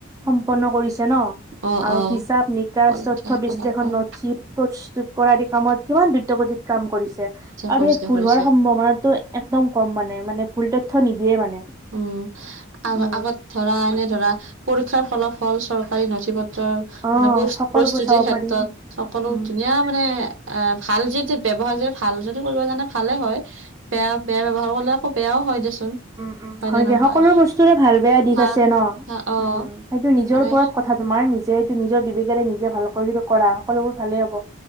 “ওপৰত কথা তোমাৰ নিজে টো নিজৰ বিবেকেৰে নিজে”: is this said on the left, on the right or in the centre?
Right